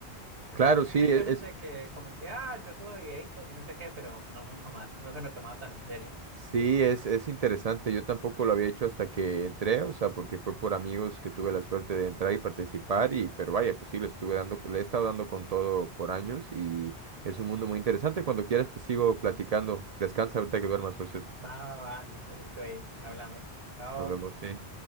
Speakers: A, on the right; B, on the right.
A: O
B: claro,
A: sea, yo
B: sí,
A: había hecho
B: es,
A: gente
B: es-
A: que como que, ah, yo subo videitos y no sé qué, pero no mucho más. No se lo tomaba tan en serio.
B: sí, es, es interesante. Yo tampoco lo había hecho hasta que entré, o sea, porque fue por amigos que tuve la suerte de entrar y participar, y, pero vaya, pues sí, le estuve dando, le he estado dando con todo por años y es un mundo muy interesante. Cuando quieras te sigo platicando. Descansa ahorita que duermas, por cierto.
A: Va, va, va, listo, listo, ahí. Hablamos. Chao.
B: Nos vemos, sí.